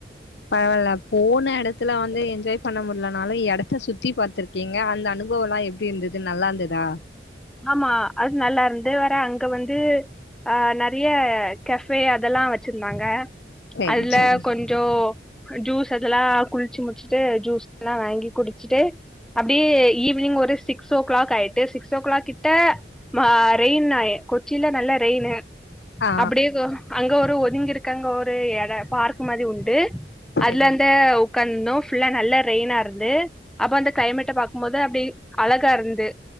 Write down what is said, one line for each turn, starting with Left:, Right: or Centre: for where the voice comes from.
Left: பரவால்ல போன எடத்துல வந்து என்ஜாய் பண்ண முடிலனாலு எடத்த சுத்தி பாத்திரு கிங்க அந்த அனுபவல்லா எப்டி இருந்தது நல்லாந்துதா
Centre: ஆமா அது நல்லாருந்து வேற அங்க வந்து அ நெறைய கஃபே அதெல்லா வச்சிருந்தாங்க
Left: சேரி
Centre: அதுல
Left: சேரி
Centre: கொஞ் சோ ஜூஸ் அதெல்லா குளிச்சு முடிச்சுட்டு ஜூஸ் எல்லா வாங்கி குடிச்சுட்டு அப்டே ஈவினிங் ஒரு சிக்ஸ் ஓ கிளாக் ஆயிட்டு சிக்ஸ் ஓ கிளாக் கிட்ட மா ரெயின் ஆயி கொச்சில்ல நல்லா ரெயினு
Left: ஆ
Centre: அப்டியே கொ அங்க ஒரு ஒதுங்கிருக்காங்க ஒரு எட பார்க் மாதி உண்டு
Left: சேரி
Centre: அதுல அந்த ஒ ஒக்காந்துந்தோ ஃபுல்லா நல்லா ரெயினா இருந்து அப்போ அந்த ஃகிளைமேட்ட பாக்கும் போது அப்டி அழகா இருந்து